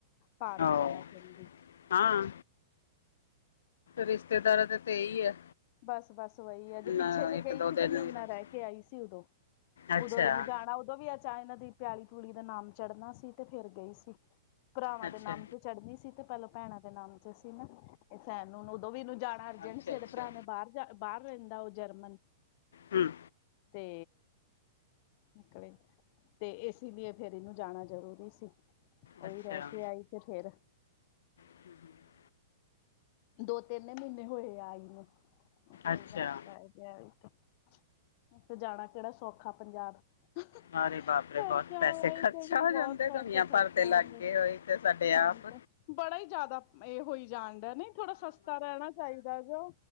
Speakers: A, on the left (about 40°); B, on the left (about 80°).
A: ਭਾਰ ਹੋ
B: ਓ
A: ਜਾਣਾ ਕਹਿੰਦੇ
B: ਹਾਂ ਰਿਸ਼ਤੇਦਾਰਾਂ ਦੇ ਤੇ ਇਹੀ ਆ
A: ਬਸ ਬਸ ਵਹੀ ਆ ਜੇ
B: ਨਾ
A: ਪਿੱਛੇ ਜੇ
B: ਇੱਕ
A: ਗਈ
B: ਦੋ
A: ਸੀ
B: ਦਿਨ
A: ਤਾਂ ਮੈਂ ਇਨਾ
B: ਵੀ ਰਹੇ।
A: ਰਹਿ ਕੇ ਆਈ ਸੀ ਉਦੋਂ
B: ਅੱਛਾ
A: ਉਦੋਂ ਇਹਨੂੰ ਜਾਣਾ ਉਦੋਂ ਵੀ ਅੱਛਾ ਇਹਨਾਂ ਦੀ ਪੈਲੀ ਪੂਲੀ ਦਾ ਨਾਮ ਚੜ੍ਹਨਾ ਸੀ ਤੇ ਫੇਰ ਗਈ ਸੀ। ਭਰਾਵਾਂ
B: ਅੱਛਾ
A: ਦੇ ਨਾਮ ਤੇ ਚੜ੍ਹਨੀ ਸੀ ਤੇ ਪਹਿਲਾਂ ਭੈਣਾਂ ਦੇ ਨਾਮ ਚ ਸੀ ਨਾ ਇਹ ਸੈਣ ਨੂੰ ਉਦੋਂ ਵੀ ਇਹਨੂੰ ਜਾਣਾ ਅਰਜੈਂਟ
B: ਅੱਛਾ
A: ਸੀ ਉਹਦੇ
B: ਅੱਛਾ
A: ਭਰਾ ਨੇ ਬਾਹਰ ਬਾਹਰ ਰਹਿੰਦਾ ਉਹ ਜਰਮਨ
B: ਹਮ
A: ਤੇ ਨਿਕਲੇ ਤੇ ਇਸ ਲਈ ਫੇਰ ਇਹਨੂੰ ਜਾਣਾ ਜ਼ਰੂਰੀ ਸੀ। ਓਹੀ
B: ਅੱਛਾ
A: ਰਹਿ ਕੇ ਆਈ ਤੇ ਫੇਰ
B: <inaudible>
A: ਦੋ ਤਿੰਨ ਮਹੀਨੇ ਹੋਏ ਆਈ ਨੂੰ ਫੇਰ
B: ਅੱਛਾ
A: ਜਾਣਾ ਪੈ ਗਿਆ ਇਥੋਂ ਜਾਣਾ ਕਿਹੜਾ ਸੌਖਾ ਪੰਜਾਬ ਹਮ
B: ਮਾਰੇ ਬਾਪਰੇ
A: ਖਰਚਾ
B: ਬਹੁਤ ਪੈਸੇ ਖਰਚਾ
A: ਤੇ ਬਹੁਤ
B: ਹੋ ਜਾਂਦੇ
A: ਪੈਸੇ
B: ਦੁਨੀਆ
A: ਖਰਚਾ
B: ਭਰ ਤੇ ਲੱਗੇ
A: ਜਾਂਦੇ ਹੈ
B: ਹੋਏ ਤੇ ਸਾਡੇ ਆਪ
A: ਤਾਂ ਬੜਾ ਹੀ ਜਿਆਦਾ ਇਹ ਹੋਈ ਜਾਣ ਦਾ ਥੋੜਾ ਸਸਤਾ ਰਹਿਣਾ ਚਾਹੀਦਾ ਜੋ